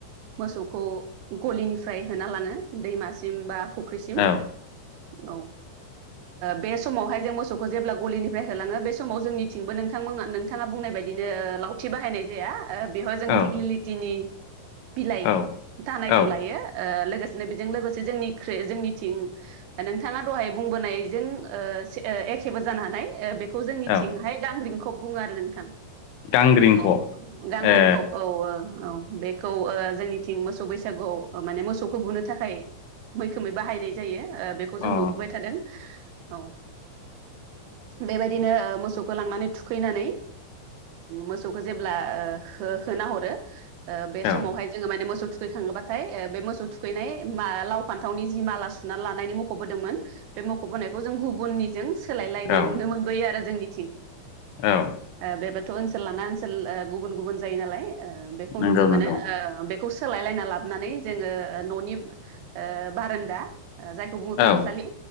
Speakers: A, on the right; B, on the left.
A: मोसौखौ गलिनिफ्राय होना लाङो दैमासिम बा फुख्रिसिम।
B: औ
A: औ ओ बे समावहाय जों मोसौखौ जेब्ला गलिनिफ्राय होलाङो बे समाव जोंनि। थिंबो नोंथांमोना नोंथाङा बुंनाय बायदिनो लावथि बाहायनाय जाया ओ बेवहाय जों
B: औ
A: दिगलिलिटिनि। बिलाइ
B: औ
A: दानायखौ
B: अ
A: लायो ओ लोगोसेनो बेजों लोगोसे जोंनि। जोंनिथिं नोंथाङा दहाय बुंबोनायजों ओ-ओ एखेबो जानो हानाय ओ बे। बेखौ जोंनिथिंहाय
B: औ
A: गांग्रिंखब बुङो आरो नोंथां।
B: गांग्रिंख'
A: औ गांग्रिंखब
B: ए
A: औ ओ औ। बेखौ ओ जोंनिथिं मोसौ बैसागुआव माने मोसौखौ बुनो थाखाय। मैखोमै बाहायनाय जायो। ओ बेखौ जों
B: अ
A: नुबोबाय थादों औ ओ बेबायदिनो ओ मोसौ। खौ लांनानै थुखैनानै मोसौखौ जेब्ला ओ होना हरो। ओ बे
B: औ
A: समावहाय जोङो माने मोसौ थु। थुखैखाङोबाथाय ओ बे मोसौ थुखैनाय मां लाव, फान्थावनि जि माला सुनानै लानायनि मख'बोदोंमोन। बे मख'बोनायखौ जों गुबुननिजों। सोलायलायनाय
B: औ
A: नुनो मोनबोयो आरो जोंनिथिं
B: औ
A: ओ बे बा। ओनसोल लाना ओनसोल ओ गुबुन-गुबुन जायो नालाय ओ बेखौ
B: नंगौ
A: नुनो मोनो
B: नंगौ
A: ओ बेखौ। सोलायलायना लाबोनानै जोङो ओ न'नि ओ बारान्दा। ओ जायखौ बुङो खामसालि
B: औ